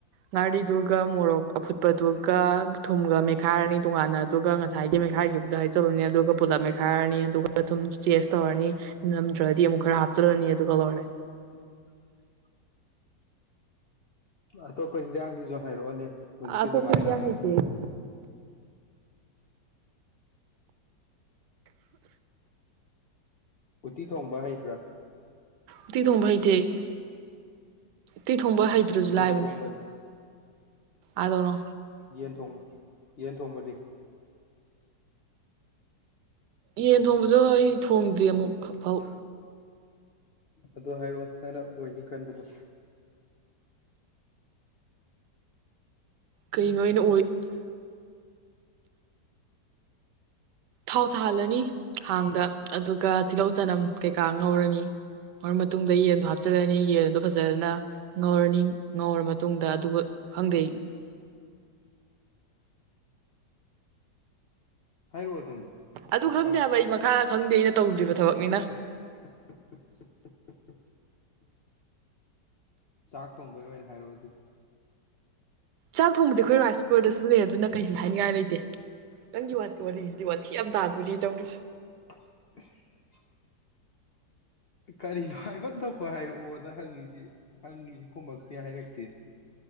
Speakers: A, on the right; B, on the left.
A: ꯉꯥꯔꯤꯗꯨꯒ ꯃꯣꯔꯣꯛ ꯑꯐꯨꯠꯄ ꯇꯨꯀ ꯊꯨꯝꯒ ꯃꯦꯛ ꯃꯠꯈꯥꯏꯔꯅꯤ ꯇꯣꯉꯥꯟꯅ ꯑꯗꯨꯒ ꯉꯁꯥꯏꯒꯤ ꯃꯦꯠꯈꯥꯏꯈꯤꯕꯗꯣ ꯍꯥꯏꯖꯜꯂꯅꯤ ꯑꯗꯨꯒ ꯄꯨꯂꯞ ꯃꯦꯈꯥꯏꯔꯅꯤ ꯑꯗꯨꯒ ꯑꯗꯨꯝ ꯆꯦꯖ ꯇꯧꯔꯅꯤ ꯅꯝꯗ꯭ꯔꯗꯤ ꯑꯃꯨꯛ ꯈꯔ ꯍꯥꯞꯆꯤꯜꯂꯅꯤ ꯑꯗꯨꯒ ꯂꯣꯏꯔꯦ
B: <inaudible> ꯑꯇꯣꯞꯄ ꯌꯦꯟꯖꯥꯡꯒꯤꯁꯨ ꯍꯥꯏꯔꯛꯑꯣꯅꯦ ꯍꯧꯖꯤꯛꯀꯤ
A: ꯑꯇꯣꯞꯄ
B: ꯑꯗꯨꯃꯥꯏꯅ
A: ꯏꯟꯖꯥꯡ ꯍꯩꯇꯦ ꯑꯩ
B: ꯎꯇꯤ ꯊꯣꯡꯕ ꯍꯩꯕ꯭ꯔꯥ
A: ꯎꯇꯤ ꯊꯣꯡꯕ ꯍꯩꯇꯦ ꯑꯩ ꯏꯤ ꯊꯣꯡꯕ ꯍꯩꯇ꯭ꯔꯁꯨ ꯂꯥꯏꯕꯅꯤ
B: ꯌꯦꯟ ꯊꯣꯡꯕꯗꯤ
A: ꯑꯥꯗꯅꯣ
B: ꯌꯦꯟ ꯊꯣꯡꯕ ꯌꯦꯟ ꯊꯣꯡꯕꯗꯤ
A: ꯌꯦꯟ ꯊꯣꯡꯕꯁꯨ ꯑꯩ ꯊꯣꯡꯗ꯭ꯔꯤ ꯑꯃꯨꯛꯐꯥꯎ
B: ꯑꯗꯨ ꯍꯥꯏꯔꯛꯑꯣ ꯅꯪꯅ ꯑꯣꯏꯅꯤ ꯈꯟꯕꯗꯣ
A: ꯀꯔꯤꯅꯣ ꯑꯩꯅ ꯑꯣꯏ ꯊꯥꯎ ꯊꯥꯍꯜꯂꯅꯤ ꯍꯥꯡꯗ ꯑꯗꯨꯒ ꯇꯤꯜꯍꯧ ꯆꯅꯝ ꯀꯩꯀꯥ ꯉꯧꯔꯅꯤ ꯉꯔ ꯃꯇꯨꯡꯗ ꯌꯦꯟꯗꯣ ꯍꯥꯞꯆꯤꯜꯂꯅꯤ ꯌꯦꯟꯗꯣ ꯐꯖꯅ ꯉꯧꯔꯅꯤ ꯉꯧꯔ ꯃꯇꯨꯡꯗ ꯑꯗꯨꯒ ꯈꯪꯗꯩ
B: ꯍꯥꯏꯔꯛꯑꯣ ꯑꯗꯨꯝ
A: ꯑꯗꯨ
B: ꯃꯈꯥ
A: ꯈꯪꯗꯦ ꯍꯥꯏꯕ ꯑꯩ ꯃꯈꯥꯗ ꯈꯪꯗꯦ ꯑꯩꯅ ꯇꯧꯗ꯭ꯔꯤꯕ ꯊꯕꯛꯅꯤꯅ
B: <inaudible> ꯆꯥꯛ ꯊꯣꯡꯕꯒꯤ ꯑꯣꯏꯅ ꯍꯥꯏꯔꯣꯑꯣ ꯑꯗꯨ
A: ꯆꯥꯛ ꯊꯣꯡꯕꯗꯤ ꯑꯩꯈꯣꯏ ꯔꯥꯏꯁ ꯀꯨꯀꯔꯗ ꯁꯤꯖꯤꯟꯅꯩꯦ ꯑꯗꯨꯅ ꯀꯩꯁꯤ ꯍꯥꯏꯅꯤꯡꯉꯥꯏ ꯂꯩꯇꯦ ꯅꯪꯒꯤ ꯋꯥꯔꯤꯁꯤꯗꯤ ꯊꯤ ꯑꯝꯇꯥꯗꯨꯗꯤ ꯇꯧꯔꯤꯁꯦ
B: <inaudible> ꯀꯔꯤꯅꯣ ꯍꯥꯏꯐꯝ ꯊꯣꯛꯄ ꯍꯥꯏꯔꯛꯑꯣꯅ ꯍꯪꯉꯤꯁꯤ ꯍꯪꯉꯤꯁꯤ ꯈꯃꯛꯇꯦ ꯍꯥꯏꯔꯛꯇꯦ